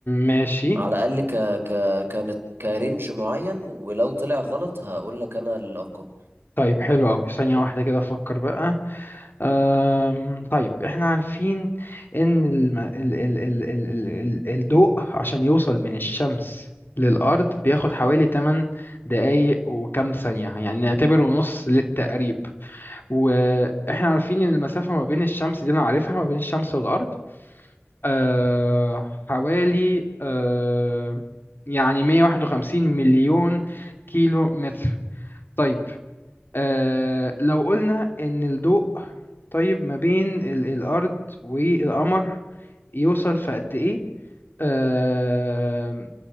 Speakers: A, on the left; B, on the right.
A: ماشي
B: على الاقل ك ك كانت كرنج معين ولو طلع غلط هقول لك انا الارقام
A: طيب حلو قوي ثانية واحدة كده أفكر بقى آم... طيب إحنا عارفين إن الم... ال... ال... ال... ال... ال... ال- الضوء عشان يوصل من الشمس للأرض بياخد حوالي 8 دقايق وكام ثانية يعني نعتبره نص للتقريب وإحنا عارفين إن المسافة ما بين الشمس دي أنا عارفها ما بين الشمس والأرض آه حوالي آه يعني 151 مليون كيلو متر طيب آه لو قلنا إن الضوء طيب ما بين ال- الأرض والقمر يوصل في قد إيه؟ آه